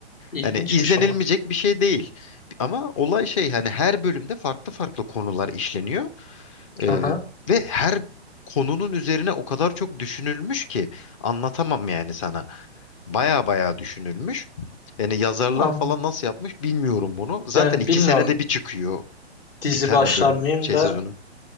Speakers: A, on the left (about 55°); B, on the left (about 30°).
A: İlginçmiş
B: Hani izlenilmeyecek
A: ama.
B: bir şey değil. Ama olay şey hani her bölümde farklı farklı konular işleniyor. E,
A: Aha.
B: ve her konunun üzerine o kadar çok düşünülmüş ki anlatamam yani sana. Baya baya düşünülmüş. Yani yazarlar
A: Aa,
B: falan nasıl yapmış bilmiyorum bunu. Zaten
A: Yani
B: iki
A: bilmiyorum
B: senede bir çıkıyor
A: dizi
B: bir tane
A: başlar
B: bölüm
A: mıyım
B: şey
A: da
B: sezonu.